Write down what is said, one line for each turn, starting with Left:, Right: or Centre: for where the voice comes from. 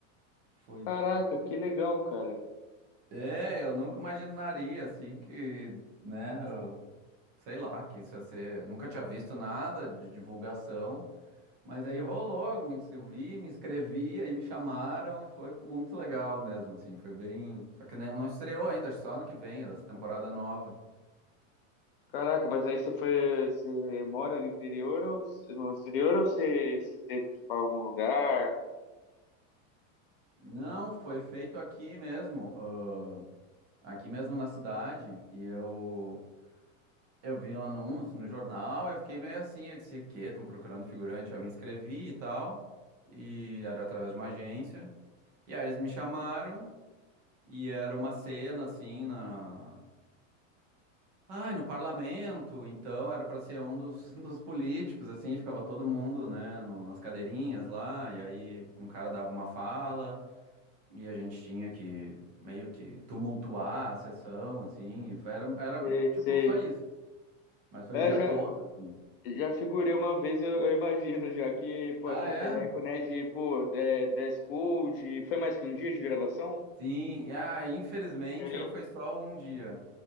Right: Foi...
Left: Caraca, que legal, cara.
Right: É, eu nunca imaginaria, assim, que, né, eu- sei lá, que isso ia ser... Nunca tinha visto nada de divulgação. Mas aí rolou, me ins- vi, me inscrevi, aí me chamaram e foi muito legal mesmo, assim, foi bem. Só que não, não estreou ainda, acho que só ano que vem, é dessa temporada nova.
Left: Caraca, mas aí você foi, você mora no interior ou no exterior ou você, você teve que ir para algum lugar?
Right: Não, foi feito aqui mesmo, ah, aqui mesmo na cidade, e eu eu vi um anúncio no jornal, eu fiquei meio assim, eu disse, o quê? Estão procurando figurante? Eu me inscrevi e tal, e era através de uma agência. E aí eles me chamaram, e era uma cena, assim, na Ai, no parlamento, então era para ser um dos, <laughs> dos políticos, assim, ficava todo mundo, né, no- nas cadeirinhas lá, e aí um cara dava uma fala, e a gente tinha que meio que tumultuar a sessão, assim, e foi- era, era
Left: Sei,
Right: tipo
Left: sei.
Right: só isso, mas foi
Left: É,
Right: o dia
Left: já,
Right: todo, assim.
Left: Já figurei uma vez, eu, eu imagino já que, pô,
Right: Ah,
Left: aquele
Right: é?
Left: perreco, né, de, pô, é, dress code, foi mais que um dia de gravação?
Right: Sim, e, ah, infelizmente
Left: E aí?
Right: eu foi só um dia.